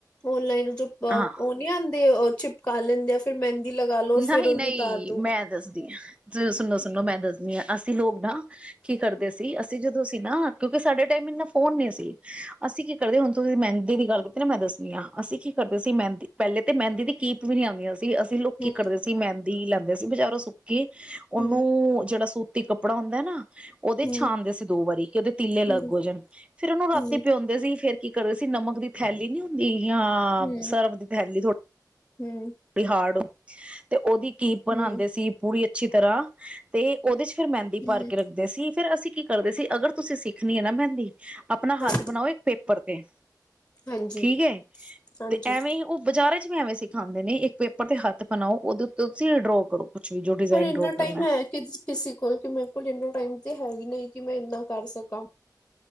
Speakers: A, on the left; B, on the right.
A: ਓਨਲਾਈਨ ਉਹ
B: ਹਾਂ
A: ਨੀ ਆਂਦੇ ਚਿਪ ਕਰ ਲੈਂਦੇ ਆਂ ਫਿਰ ਮਹਿੰਦੀ ਲਗਾ ਲੋ
B: ਨਹੀਂ
A: ਫੇਰ ਉਹਨੂੰ
B: ਨਹੀਂ
A: ਉਤਾਰ ਦੋ।
B: ਮੈਂ ਦੱਸਦੀ ਹਾਂ ਸੁਣੋ ਸੁਣੋ ਮੈਂ ਦੱਸਦੀ ਹਾਂ ਅਸੀਂ ਲੋਕ ਨਾ ਕੀ ਕਰਦੇ ਸੀ ਅਸੀਂ ਜਦੋਂ ਸੀ ਨਾ ਕਿਉਂਕਿ ਸਾਡੇ ਟਾਈਮ ਇੰਨਾ ਫੋਨ ਨਹੀਂ ਸੀ ਅਸੀਂ ਕੀ ਕਰਦੇ ਹੁਣ ਤੁਸੀਂ ਮਹਿੰਦੀ ਦੀ ਗੱਲ ਕੀਤੀ ਨਾ ਮੈਂ ਦੱਸਣੀ ਹਾਂ ਅਸੀਂ ਕੀ ਕਰਦੇ ਸੀ ਮਹਿੰਦੀ ਪਹਿਲੇ ਤੇ ਮਹਿੰਦੀ ਦੀ ਕੀਪ ਵੀ ਨੀ ਆਉਂਦੀਆਂ ਸੀ ਅਸੀਂ ਲੋ ਕਿ
A: ਹੂੰ
B: ਕਰਦੇ ਸੀ ਮਹਿੰਦੀ ਲੈਂਦੇ ਸੀ ਬਜ਼ਾਰੋਂ ਸੁੱਕੀ ਉਹਨੂੰ
A: ਹੂੰ
B: ਜਿਹੜਾ ਸੂ ਇਕ ਕੱਪੜਾ ਹੁੰਦਾ ਨਾ ਉਹਦੇ
A: ਹੂੰ
B: ਛਣਦੇ ਸੀ ਦੋ ਵਾਰੀ ਕਿ ਉਹਦੇ ਤੀਲੇ ਅੱਲਗ
A: ਹੂੰ
B: ਹੋ ਜਾਣ ਫਿਰ ਉਹਨੂੰ ਰਾਤੀ
A: ਹੂੰ
B: ਭਿਉਂਦੇ ਸੀ ਫੇਰ ਕੀ ਕਰਦੇ ਸੀ ਨਮਕ ਦੀ ਥੈਲੀ ਨਹੀਂ ਹੁੰਦੀ ਹਾਂ
A: ਹੂੰ
B: ਸਰਫ ਦੀ ਥੈਲੀ ਥੋੜ੍ਹੀ
A: ਹੂੰ
B: ੜੀ ਹਾਰਡ ਤੇ ਉਹਦੀ ਕੀਪ ਬਣਾਉਂਦੇ
A: ਹੂੰ
B: ਸੀ ਪੂਰੀ ਅੱਛੀ ਤਰ੍ਹਾਂ ਤੇ ਉਹਦੇ ਚ ਫ਼ਿਰ ਮਹਿੰਦੀ
A: ਹੂੰ
B: ਭਰ ਕੇ ਰੱਖਦੇ ਸੀ ਫਿਰ ਅਸੀਂ ਕੀ ਕਰਦੇ ਸੀ ਅਗਰ ਤੁਸੀਂ ਸਿੱਖਣੀ ਹੈ ਨਾ ਮਹਿੰ ਆਪਣਾ
A: ਹਾਂ
B: ਹੱਥ ਬਣਾਓ ਇੱਕ ਪੇਪਰ ਤੇ
A: ਹਾਂਜੀ
B: ਠੀਕ ਹੈ
A: ਹਾਂਜੀ
B: ਤੇ ਐਵੇਂ ਈ ਉਹ ਬਾਜ਼ਾਰਾਂ ਚ ਵੀ ਐਵੇਂ ਸਿਖਾਉਂਦੇ ਨੇ ਇੱਕ ਪੇਪਰ ਤੇ ਹੱਥ ਬਣਾਓ ਉਹਦੇ ਉੱਤੇ ਤੁਸੀਂ ਡਰੋ ਕਰੋ ਕੁਛ ਵੀ ਜੋ ਡਿਜ਼ਾਇਨ
A: ਹੋਰ ਇੰਨਾ
B: ਡਰੋ ਕਰਨਾ
A: ਟਾਈਮ ਹੈ ਕਿ ਕਿਸੇ ਕੋਲ ਕਿ ਮੇਰੇ ਕੋਲ ਇਨਾ ਟਾਈਮ ਤੇ ਹੈ ਹੀ ਨਹੀਂ ਕਿ ਮੈਂ ਇੰਨਾ ਕਰ ਸਕਾਂ